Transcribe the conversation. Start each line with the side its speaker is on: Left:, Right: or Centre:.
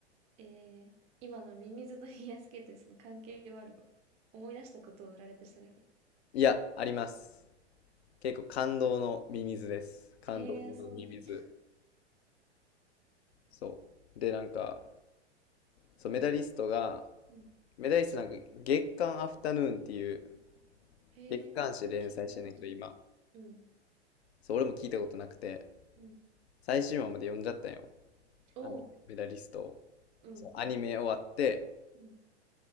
Right: ええ、今のミミズとフィギュアスケートにその関係はあるの思い出したことを羅列しただけ。
Left: いや、あります。結構感動のミミズです。感動のミミズ。
Right: へえ、あ、そうなんだ。
Left: そう。で、なんか、そう、メダリストが、
Right: うん。
Left: メダリストなんか月刊アフタヌーンっていう
Right: へえ、
Left: 月刊誌連載してんねんけど、
Right: 聞いたことない。
Left: 今。
Right: うん。
Left: そう、俺も聞いたことなくて、
Right: うん。
Left: 最新話まで読んじゃったんよ。
Right: おお、
Left: あのメダリストを。
Right: うん、
Left: そう、アニメ終わって、
Right: うん。